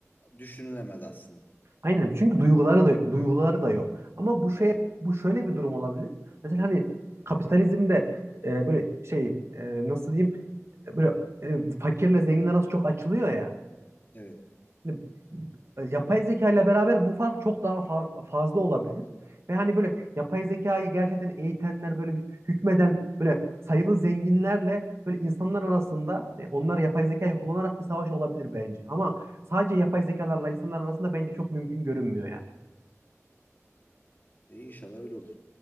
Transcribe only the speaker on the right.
Aynen çünkü duyguları da duyguları da yok. Ama bu şey
bu şöyle bir durum olabilir. Mesela hani kapitalizmde e, böyle şey e, nasıl diyeyim e, böyle e, fakirle zengin arası çok açılıyor ya.
Hani, e, yapay zeka ile beraber bu fark çok daha fa- fazla olabilir. Ve hani böyle yapay zekayı gerçekten eğitenler böyle hü- hükmeden böyle sayılı zenginlerle böyle insanlar arasında e, onlar yapay zekayı kullanarak bir savaş olabilir bence. Ama sadece yapay zekalarla insanlar arasında bence çok mümkün görünmüyor ya.